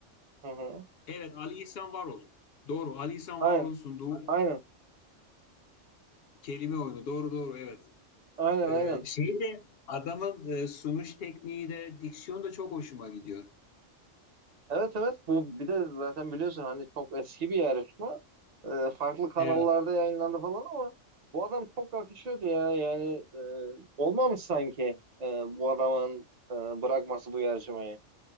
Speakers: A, on the right; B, on the left.
A: hı hı.
B: Evet Ali İhsan Varol. Doğru Ali İhsan
A: Aynen,
B: Varol'un sunduğu
A: aynen,
B: kelime oyunu. Doğru doğru evet.
A: aynen,
B: Ee,
A: aynen.
B: şey de adamın e, sunuş tekniği de diksiyon da çok hoşuma gidiyor.
A: Evet evet bu bir de zaten biliyorsun hani çok eski bir yarışma. Ee, farklı kanallarda
B: Evet.
A: yayınlandı falan ama bu adam çok akışıyordu ya. Yani e, olmamış sanki e, bu adamın e, bırakması bu yarışmayı.